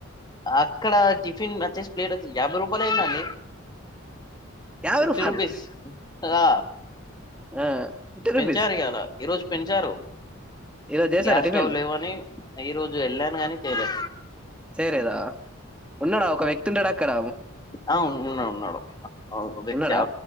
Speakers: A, on the left; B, in the centre.
A: అక్కడ టిఫిన్ వచ్చేసి ప్లేట్ వచ్చి యాభై రూపాయల్ అయిందండి
B: యాభై
A: ఫిఫ్టీ
B: రూపాయలు
A: రూపీస్ ఆ
B: ఆ, ఫిఫ్టీ రూపీస్
A: పెంచారు ఇయాల ఈ రోజు పెంచారు.
B: ఈరోజు చేశారా
A: గ్యాస్
B: టిఫిన్
A: స్టవ్ లేవని ఈరోజు వెళ్ళాను గాని తేలే
B: చెలేదా ఉన్నడా ఒక వ్యక్ అడక్కడ
A: ఆ ఉన్నాడు ఉన్నాడు ఆ ఒక వ్యక్తి
B: ఉన్నాడా